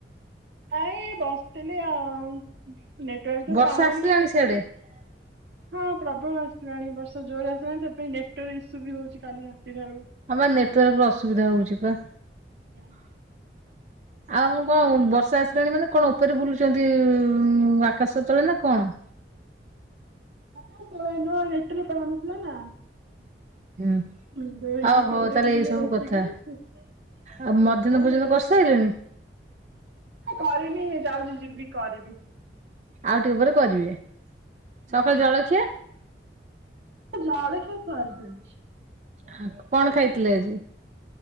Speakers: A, on the right (about 80°); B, on the right (about 40°).
A: ନାଇଁ ବସିଥିଲି ଆଉ ନେଟୱାର୍କତ
B: ବର୍ଷା
A: ପାଉନି
B: ଆସିଲାଣି <inaudible>
A: ହଁ ପ୍ରୋବଳ ଆସିଲାଣି ବର୍ଷା ଜୋରେ ଆସିଲାଣି ସେଥିାଇଁ ନେଟାୱାର୍କ ଇସୁବି ହଉଚି କାଲି ରାତିଠାରୁ।
B: ହଁବା ନେଟୱାର୍କର ଅସୁବିଧା ହଉଚିବା।
A: ଆଜ୍ଞା।
B: <inaudible> ଆଉ ଆମ କଁ ବର୍ଷା ଆସିଲାଣି ମାନେ କଣ ଉପରେ ବୁଲୁଚନ୍ତି ଉ ଆକାଶ ତଳେନା କଣ?
A: ନା ସୟା ନୁହଁ ନେଟୱାରର୍କ ପାଉନଥିଲାନା
B: ହୁଁ।
A: ମୁଁ
B: ଆଉ
A: ୟୁଟ୍ୟୁବ
B: ହଉ
A: ଦେଖୁଥିଲି
B: ତାହେଲେ ଏଇ ସବୁ
A: ବସିକି।
B: କଥା
A: ସେଇଁପାଉଁ
B: ଆଉ ମଧ୍ୟାହ୍ନ ଭୋଜନ କରିସାରିଲେଣି
A: ଅଁ କରିନି ଯାଉଚି ଯିବି କରିବି।
B: ଆଉଟିକେ ପରେ କରିବେ
A: ଆଜ୍ଞା
B: ସକାଳେ ଜଳଖିଆ?
A: ଅଁ ଜାଳିଖିଆ ସରିଯାଇଛି।
B: ଆ କଣ ଖାଇଥିଲେ ଆଜି?